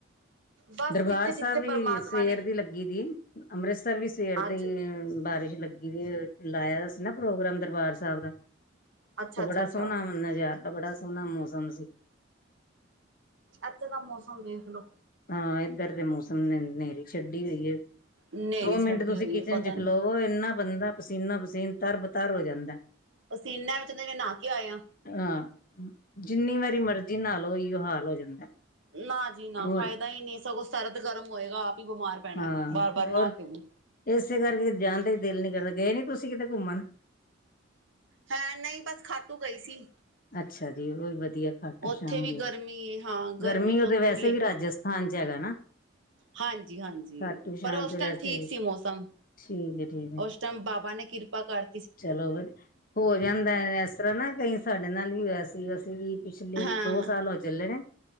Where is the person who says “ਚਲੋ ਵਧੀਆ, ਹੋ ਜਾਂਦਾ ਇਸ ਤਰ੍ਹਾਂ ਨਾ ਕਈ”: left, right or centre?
Left